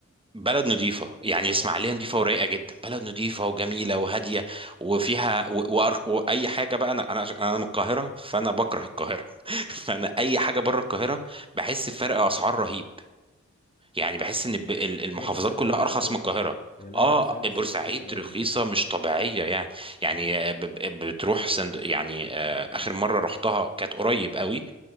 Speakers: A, on the right; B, on the left.
A: بلد نظيفة يعني
B: اه
A: اسماعيلية نظيفة ورايقة جدا بلد نظيفة وجميلة وهادية وفيها و... و... وأي حاجة بقى أنا أنا أنا من القاهرة فأنا بكره القاهرة <laughs> فأنا أي حاجة بره القاهرة بحس بفرق أسعار رهيب يعني بحس ان الب- ال- المحافظات
B: هي بورسعيد
A: كلها
B: رخيصة
A: ارخص
B: أوي
A: من
B: الصراحة
A: القاهره
B: هي لا
A: اه
B: هي بورسعيد بالذات
A: بورسعيد
B: رخيصة جامد
A: رخيصه
B: يعني
A: مش طبيعيه يعني يعني
B: اه
A: آه، ب- ب- بتروح سند يعني آه، اخر مره رحتها كانت قريب قوي